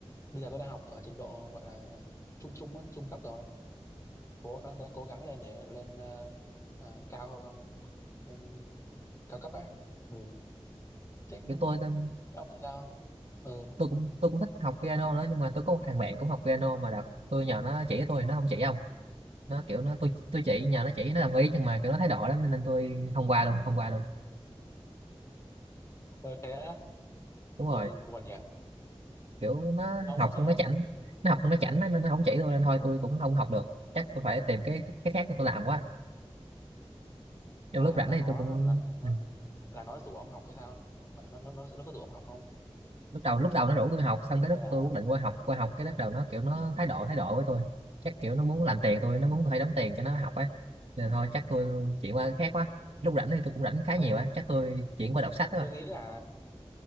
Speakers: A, on the left (about 30°); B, on the right (about 85°).
A: bây giờ tôi đang học ở trình độ gọi là trung trung á, trung cấp rồi cố đang, đang cố gắng lên để lên ờ, ờ, cao hơn lên cao cấp ấy ừ. thế
B: kiểu
A: cũng-
B: tôi, tôi
A: thế ông thì sao ừ.
B: tôi cũng tôi cũng thích học piano nữa nhưng mà tôi có một thằng bạn cũng học piano mà đợt tôi nhờ nó chỉ cho tôi nó không chỉ không nó kiểu nó tôi tôi chỉ nhờ nó chỉ nó đồng ý nhưng mà kiểu nó thái độ lắm nên tôi không qua luôn không qua luôn
A: Ôi thế á.
B: đúng
A: ôi
B: rồi
A: buồn nhỉ
B: kiểu nó
A: ông
B: học
A: ông
B: không nó chảnh nó học không nó chảnh nên nó không chỉ tôi nên thôi tôi cũng không học được chắc tôi phải tìm cái cái khác để tôi làm quá trong
A: là
B: lúc rảnh
A: là
B: này
A: nó
B: tôi cũng
A: là nó
B: à,
A: là nó rủ ông học hay sao Bạn- nó nó nó nó có rủ ông học không
B: lúc đầu lúc đầu nó rủ tôi học xong cái lúc
A: hay là
B: tôi quyết định qua học qua học cái lúc đầu nó kiểu nó thái độ thái độ với tôi chắc kiểu nó muốn làm tiền tôi nó muốn phải đóng tiền cho nó học ấy nên thôi chắc tôi chuyển qua cái khác quá lúc rảnh thì tôi cũng rảnh khá
A: không
B: nhiều á chắc tôi chuyển qua đọc sách đó
A: tôi nghĩ là